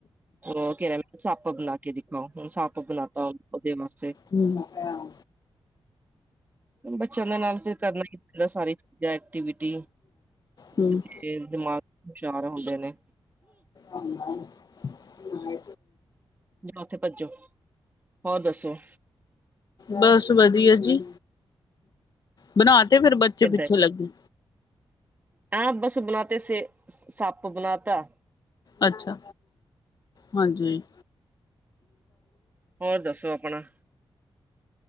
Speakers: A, on the right (about 20°); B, on the left (about 45°).
A: ਉਹ ਕਹਿ ਰੇ ਸੱਪ ਬਣਾਕੇ ਦਿਖਾਓ, ਹੁਣ ਸੱਪ ਬਣਾਤਾ ਉਹਦੇ ਵਾਸਤੇ
B: <unintelligible>
A: ਬੱਚਿਆਂ ਦੇ ਨਾਲ ਫੇਰ ਕਰਨਾ ਹੀ ਪੈਂਦਾ ਸਾਰੀ ਚੀਜਾ ਐਕਟੀਵਿਟੀ
B: ਹਮ
A: ਤੇ ਫੇਰ ਦਿਮਾਗ ਹੁਸ਼ਿਆਰ ਹੁੰਦੇ ਨੇ।
B: <unintelligible>
A: ਜਾਓ ਉੱਥੇ ਭੱਜੋ, ਹੋਰ ਦੱਸੋ?
B: ਬਸ ਵਧੀਆ ਜੀ, ਬਣਾਤੇ ਫੇਰ ਬੱਚੇ ਪਿੱਛੇ
A: ਏਦਾਂ
B: ਲੱਗੇ
A: ਹਾਂ ਬਸ ਬਣਾਤੇ ਸੇ, ਸੱਪ ਬਣਾਤਾ।
B: ਅੱਛਾ, ਹਾਂਜੀ।
A: ਹੋਰ ਦੱਸੋ ਅਪਣਾ।